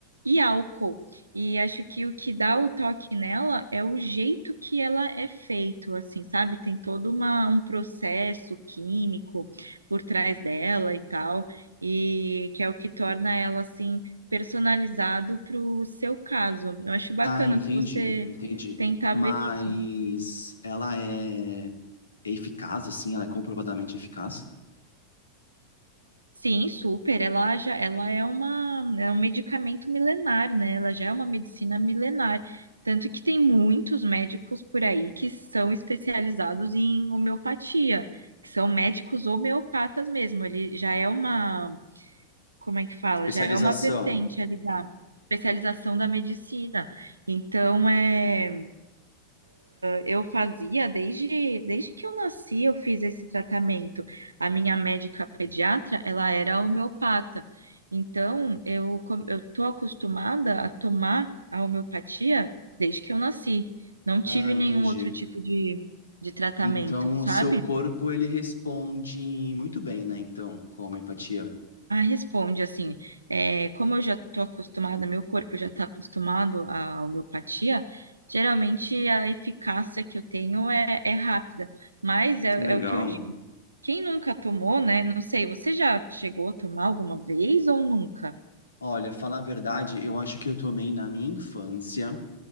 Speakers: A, on the right; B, on the left.
A: e álcool. E acho que o que dá o toque nela é o jeito que ela é feito, assim, sabe? Tem todo uma, um processo químico por trás dela e tal, e que é o que torna ela, assim, personalizado para o seu caso. Eu acho bacana
B: Ah, entendi,
A: se você
B: entendi.
A: tentar
B: Mas
A: ver isso.
B: ela é, é eficaz, assim, ela é comprovadamente eficaz?
A: Sim, super. Ela já, ela é uma, é um medicamento milenar, né? Ela já é uma medicina milenar. Tanto que tem muitos médicos por aí que são especializados em homeopatia, que são médicos homeopatas mesmo. Ele já é uma, como é que fala?
B: Especialização.
A: Já é uma vertente ali da especialização da medicina. Então, é eu fazia desde, desde que eu nasci, eu fiz esse tratamento. A minha médica pediatra, ela era homeopata. Então, eu com- eu tô acostumada a tomar a homeopatia desde que eu nasci. Não
B: Ah,
A: tive
B: entendi.
A: nenhum outro tipo de, de tratamento,
B: Então,
A: sabe?
B: o seu corpo, ele responde muito bem, né? Então, com a homeopatia.
A: Ah, responde assim, é, como eu já estou acostumada, meu corpo já está acostumado à homeopatia, geralmente a eficácia que eu tenho é, é rápida, mas é,
B: Que legal.
A: é o que eu digo. Quem nunca tomou, né? Não sei, você já chegou a tomar alguma vez ou nunca?
B: Olha, falar a verdade, eu acho que eu tomei na minha infância.